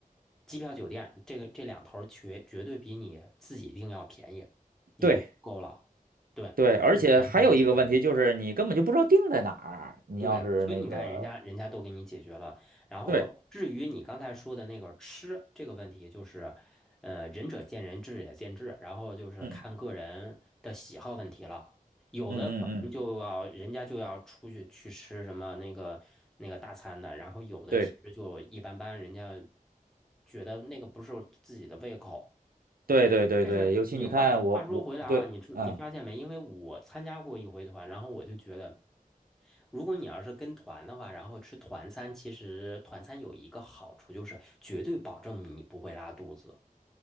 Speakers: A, in the centre; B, on the right.
A: 机票、酒店这个这两头儿绝绝对比你自己订要便宜，已经够了。
B: 对，
A: 对，
B: 对，而且还有一个问题就是你根本就不知道定在哪儿，
A: 就是人家的心理学
B: 你要是那个，
A: 对，所以你看，人家人家都给你解决了。然后，
B: 对
A: 至于你刚才说的那个吃这个问题，就是，呃，仁者见仁，智者见智，然后就是看个人的喜好问题了。
B: 嗯
A: 有的可能就要人家就要出去去吃什么那个那个大餐的，
B: 嗯嗯嗯，
A: 然后有的其实就一般般，
B: 对，
A: 人家觉得那个不是自己的胃口。
B: 对对对对，
A: 是你话话说回来啊，
B: 尤其你看我我对，
A: 你知你发现没？
B: 嗯，
A: 因为我参加过一回团，然后我就觉得，如果你要是跟团的话，然后吃团餐，其实团餐有一个好处就是绝对保证你不会拉肚子。